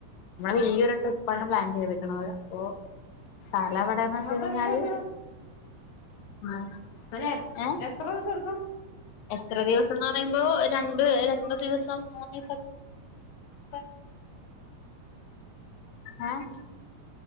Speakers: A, on the left; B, on the left.
A: ഞാൻ വെല്യാരു ട്രിപ്പാണ്
B: ആഹ്
A: പ്ലാൻ ചെയ്തേക്കണത്. ഓ സ്ഥലയെവിടെന്ന് വെച്ച്
B: മൊത്തം
A: കഴിഞ്ഞാല്.
B: എത്ര ദിവസം
A: ഓ
B: അനെ
A: ഏഹ്?
B: എത്ര ദിവസം എടുക്കും
A: എത്ര ദിവസെന്ന് പറയുമ്പോ, രണ്ട് രണ്ട് ദിവെസം മൂന്ന് ദിസക്കെ. പ്പ ആഹ്